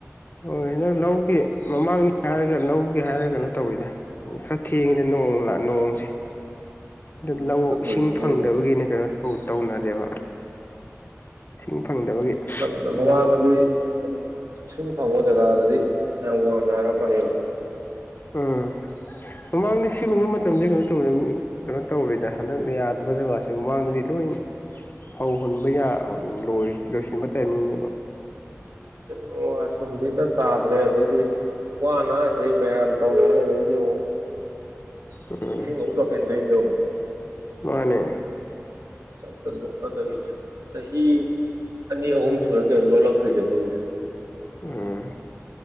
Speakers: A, on the left (about 40°); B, on the right (about 75°).
A: ꯍꯣꯏ ꯍꯟꯗꯪ ꯂꯧꯒꯤꯦ ꯃꯃꯥꯡꯗ ꯍꯥꯏꯔꯒ ꯂꯧꯒꯦ ꯍꯥꯏꯔꯒ ꯀꯩꯅꯣ ꯇꯧꯋꯤꯗ ꯈꯔ ꯊꯦꯡꯉꯤꯗ ꯅꯣꯡꯁꯦ
B: ꯎꯝ
A: ꯑꯗꯨ ꯂꯧ
B: ꯍꯟꯗꯛ ꯀꯨꯏꯗ꯭ꯔꯤꯌꯦ
A: ꯏꯁꯤꯡ ꯐꯪꯗꯕꯒꯤꯅꯦ ꯀꯩꯅꯣ ꯇꯧꯅꯔꯦꯕ ꯏꯁꯤꯡ ꯐꯪꯗꯕꯒꯤ
B: ꯎꯝ ꯃꯃꯥꯡꯗꯗꯤ
A: ꯂꯧ
B: ꯑꯗꯨꯝ ꯏꯨꯝ ꯐꯪꯉ ꯀꯗꯗꯤ ꯋꯥꯔꯝ ꯃꯅꯤ
A: ꯎꯝ ꯃꯃꯥꯡꯗꯤ ꯁꯤꯒꯨꯝꯕ ꯃꯇꯝꯁꯦ ꯀꯩꯅꯣ ꯇꯧ ꯃꯤ ꯀꯩꯅꯣ ꯇꯧꯔꯦꯗ ꯍꯟꯗꯛ ꯌꯥꯗꯕ ꯖꯒꯥꯁꯤꯦ ꯃꯃꯥꯡꯗꯗꯤ ꯂꯣꯏ ꯐꯧ ꯍꯨꯟꯕ ꯌꯥ ꯂꯣꯏꯁꯤꯟꯕ ꯇꯥꯏꯃꯤꯡꯅꯦꯕ
B: ꯎ <unintelligible> ꯋꯥꯁꯨ ꯍꯧꯖꯤꯛꯅ ꯇꯥꯗ꯭ꯔꯦ ꯑꯗꯩꯗꯤ ꯋꯥꯅ ꯍꯥꯏꯩ ꯃꯌꯥꯝ ꯇꯧꯅꯤꯡꯉꯤ ꯑꯗꯩꯗꯤ ꯑꯃꯨꯛ
A: ꯎꯝ
B: ꯏꯁꯤꯡ ꯑꯃꯨꯛ ꯆꯧꯈꯦꯟꯗ ꯏꯗꯧꯅ
A: ꯃꯥꯅꯦ
B: ꯆ ꯆꯗꯕꯤꯅꯤ ꯆꯍꯤ ꯆꯍꯤ ꯑꯅꯤ ꯑꯍꯨꯝ ꯁ ꯀꯦ ꯂꯣꯂꯛꯇꯇ꯭ꯔꯤꯖꯦ ꯀꯣꯏ
A: ꯑꯝ